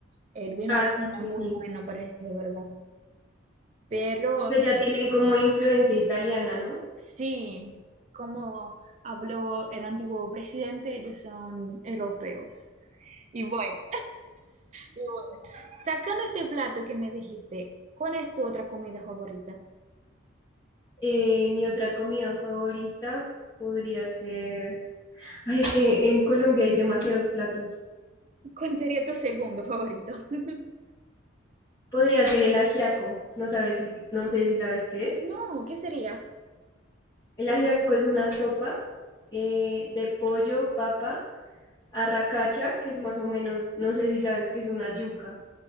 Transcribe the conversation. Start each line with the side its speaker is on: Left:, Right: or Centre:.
Right: El vino
Left: Ah,
Right: es
Left: sí, sí,
Right: muy
Left: sí.
Right: bueno, para decir la verdad. Pero
Left: Es que ya tienen como influencia italiana, ¿no?
Right: sí, como habló el antiguo presidente, ellos son europeos. Y bueno. Y bueno, sacando este plato que me dijiste, ¿cuál es tu otra comida favorita?
Left: Eh, mi otra comida favorita podría ser... Ay, es que en Colombia hay demasiados platos.
Right: ¿Cuál sería tu segundo favorito? <laughs>
Left: Podría ser el ajiaco. No sabes si, no sé si sabes qué es.
Right: No, ¿qué sería?
Left: El ajiaco es una sopa eh, de pollo, papa, arracacha, que es más o menos, no sé si sabes que es una yuca.